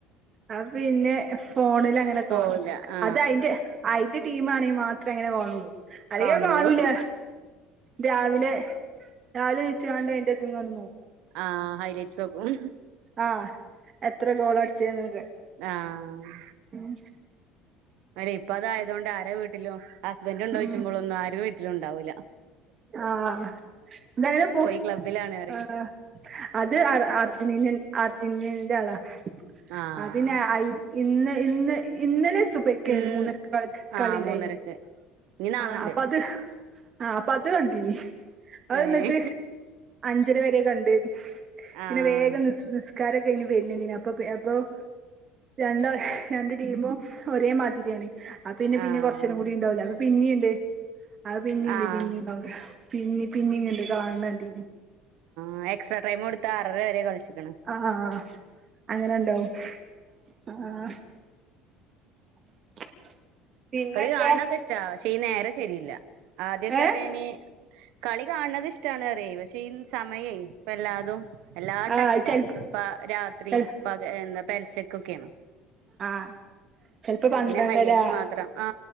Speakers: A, on the right; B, on the right.
A: അഹ് പിന്നെ ഫോണില് അങ്ങനെ
B: പോവൂല
A: കാണു.
B: ആ
A: അതയിൻ്റെ അയിന്റെ ടീം ആണെങ്കി മാത്രേ അങ്ങനെ കാണുള്ളു. അല്ലെങ്കി
B: കാണുള്ളൂ
A: അത് കാണൂല. രാവിലെ രാവിലെ എണീച്ച്ങ്ങണ്ട് അയ്ന്റെ ഇത്ങ്ങനെ നോ
B: ആഹ് ഹൈലൈറ്റ്സ് നോക്കും.
A: ആഹ് എത്ര ഗോള് അട്ച്ച് ന്നൊക്കെ.
B: ആഹ്.
A: ഉം.
B: ഒരേ ഇപ്പ അതായതൊണ്ട് ആരെ വീട്ടിലും ഹസ്ബൻഡ് ഇണ്ടോയ്ച്ചുമ്പളൊന്നും
A: ഉം
B: ആരും വീട്ടിലും ഉണ്ടാവൂല്ല.
A: ആഹ് എന്തങ്കിലും പു,
B: ക്ലബ്ബിലാണ് പറയും
A: ആഹ് അത് അറ അർജന്റീന അർജന്റീനന്റെ ആളാ.
B: ആഹ്
A: അഹ് പിന്നെ അയി ഇന്ന് ഇന്ന് ഇന്നലെ സുബയ്ക്കേന്യല്ലൊ
B: ഉം
A: മൂന്നരക്ക് കളിക്
B: ആഹ്
A: കളിൻ്റായിനി.
B: മൂന്നരക്ക് ഇനി നാളെണ്ട്
A: ആഹ് അപ്പ അത് ആഹ് അപ്പ അത് കണ്ടീനി. അത്
B: ഏഹ്
A: ന്നട്ട് അഞ്ചര വരെ കണ്ട്. പിന്നെ
B: ആഹ്
A: വേഗം നിസ് നിസ്കാരൊക്കെ കയ്ഞ് വര്നത് കണ്ടീനി. അപ്പപ് അപ്പൊ രണ്ടാള് രണ്ട് ടീമും ഒരേ മാതിരിയാണ്. അപിന്നെ പിന്നെ
B: ആഹ്
A: കൊറച്ചേരം കൂടി ഇണ്ടാവൂലേ അത് പിന്നീണ്ട്. അത് പിന്നീണ്ട്
B: ആഹ്
A: പിന്നീ <unintelligible> പിന്നീ പിന്നീങ്ണ്ട് കാണ് ണ കണ്ടീനി.
B: അത് എക്സ്ട്രാ ടൈം കൊടുത്ത് ആറര വരെ കളിച്ച്ക്ണ്.
A: ആഹ് അങ്ങനെണ്ടാവും ആഹ്. <inaudible> പിന്നെന്താ
B: കളി കാൺണൊക്കെ ഇഷ്ടാ. പക്ഷെ ഈ നേരം ശരിയില്ല. ആദ്യൊക്കെ
A: ഏഹ്
B: പറയാന് കളി കാൺണത് ഇഷ്ടാണ് പറ്യേ. പക്ഷേ ഈ സമയേ ഇപ്പ എല്ലാതും എല്ലാ
A: ആഹ്
B: ടൈം
A: ചെൽപ്
B: പ രാത്രി
A: ചെൽ
B: പക എന്താ പെൽച്ചക്കൊക്കേണ്.
A: ആഹ് ചെൽപ്പ പന്ത്രണ്ടരാ,
B: ഹൈലൈറ്റ്സ് മാത്രം ആ